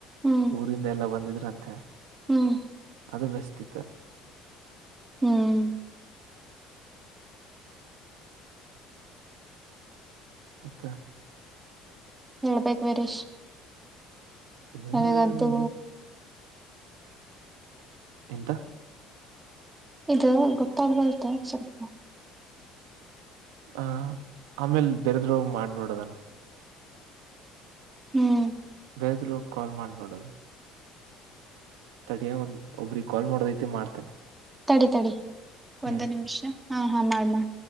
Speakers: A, on the right; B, on the right.
A: ಹ್ಮ್
B: ಊರಿಂದ ಎಲ್ಲಾ ಬಂದಿದ್ರ ಅಂತ ಹೇಳಿ
A: ಹ್ಮ್
B: ಅದು ಬೆೆಸ್ಟ್ ಇತ್ತು
A: ಹ್ಮ್
B: ಮತ್ತೆ
A: ಹೇಳ್ಬೇಕೇು ಬರೇಶ್ ನನಗಂತೂ
B: ಏನಿಲ್ಲ ನೋಡಿ ಎಂತ
A: ಇದು ಗೊತ್ತಾಗಬರುತ್ತೆ ಸ್ವಲ್ಪ
B: ಆ ಆಮೇಲ್ ಬೇರೆದ್ರ ಮಾಡ ನೋಡದಾನ
A: ಹ್ಮ್
B: ಬೇದರು ಕಾಲ್ ಮಾಡಿ ನೋಡು ತಡಿಯ ಒಂದ ಒಬ್ರಿಗೆ ಕಾಲ್ ಮಾಡೋದೈತಿ ಮಾಡ್ತೇನೆ
A: ತಡಿ ತಡಿ ಒಂದು
B: ಹ್ಮ್
A: ನಿಮಿಷ ಹಾ ಹಾ ಮಾಡ ಮಾಡ